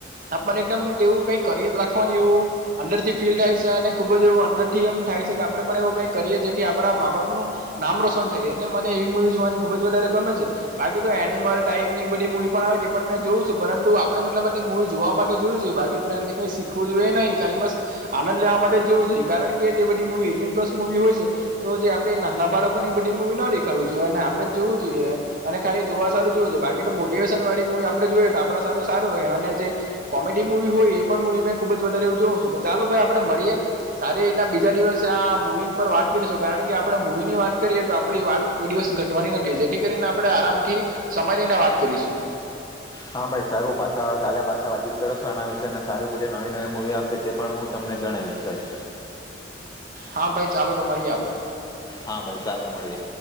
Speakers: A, on the right (about 45°); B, on the left (about 20°).
A: આપ એકદમ એવું કઈ કરી રાખવાનું એવું અંડરથી ફિલ્ડ આવે છે અને ખુબ જ એવું અડર થી એ થાય છે કે આપણે પણ એવું કંઈ કરીએ જેથી આપણા મા બાપનું નામ રોશન થાય એટલે મ એવી મૂવી જોવાની ખુબ જ વધારે, ગમે છે. બાકી તો એનિમલ ટાઈપ ની એ બધી મુવી પણ આવે પણ મેં જોઉું છું પરંતુ આપડે મતલબ મુવી જોવા માટે જોયું છે. બાકી તેનાથી ક શીખવું જોઈએ નહી ખાલી બસ આનંદ લેવા માટે જ જોવું જોઈએણ કે, બધીસ મુવી હોય છે તો જે આપણેે નાના બાળકો ને એ બધી મુવી ન દેખાડવું જોઈએ. અને આપણે જ જોવું જોઈએ. અને ખાલી જોવા સારું જોવું છે બાકી તો મોટિવેશન વાળી મવી આપડે જોયએ તો આપણા સારું સારું રહે અને જે કોમેડી વી હોય એ પણવી મેં ખુબ જ વધારે એવું જોઉું છું. ચાલો ભાઈ આપડે મળીએમ સારી એ બીજા દિવસે મૂવી ઉપર વાત કરીશું કારણ કે આપણે મૂવી ની વાત કરીએ તો આપણી વાત કોઈ દિવસ ઘટવાની નથી જેથી કરીનેણે, આપણે આરામથી સમય લઈને વાત કરીશું.
B: હા ભાઈ સારું ભા કા ભાસાા વાજી. સ્ના છે અને સાર બધી નવી નવી મુૂવી આવશે તે પણ હું તમને જણાવીશ ભાઈ
A: હા ભાઈ ચાલો તો મળીએ આપડે,
B: હા ભાઈ સારું મળી